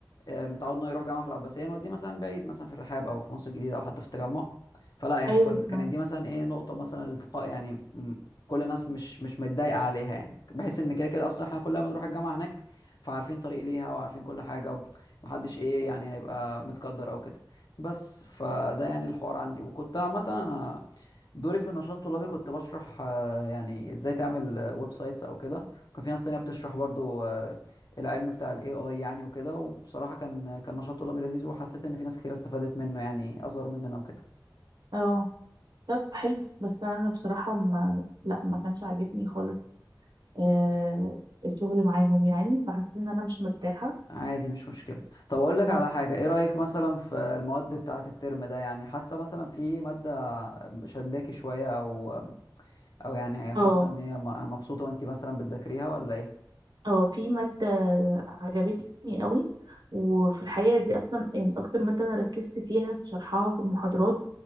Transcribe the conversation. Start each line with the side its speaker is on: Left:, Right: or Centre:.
Left: آه، متعود انه يروح جامعه في العباسيه نوديه مثلا بعيد مثلا في الرحاب او في مصر الجديده او حتى في التجمع فلا يعني
Right: ايوه
Left: كن كانت
Right: نعم.
Left: دي مثلا ايه نقطه مثلا الالتقاء يعني م- كل الناس مش مش متضايقه عليها يعني بحيث ان كده كده اصلا احنا كلنا بنروح الجامعه هناك فعارفين طريق ليها وعارفين كل حاجه ومحدش ايه يعني هيبقى متقدر او كده بس فده يعني الحوار عندي وكنت عامه انا دوري في النشاط الطلابي كنت بشرح آه، يعني ازاي تعمل آه، ويب سايتس او كده وكان في ناس تانية بتشرح برضو آه، العلم بتاع الاي اي يعني وكده وبصراحة كان كان نشاط طلابي لذيذ وحسيت ان في ناس كتير استفادت منه يعني اصغر مننا وكده
Right: اه طب حلو بس انا بصراحه ما لا ما كانش عاجبني خالص آه الشغل معاهم يعني فحسيت ان انا مش مرتاحه
Left: عادي مش مشكلة طب اقول لك
Right: اه
Left: على حاجة ايه رأيك مثلا في المواد بتاعة الترم ده يعني حاسة مثلا في مادة شداكي شوية او او يعني حاسة
Right: اه
Left: ان هي م- مبسوطة وانت مثلا بتذاكريها ولا ايه
Right: اه في مادة عجبتني قوي وفي الحقيقة دي أصلا يعني أكتر مادة أنا ركزت فيها في شرحها في المحاضرات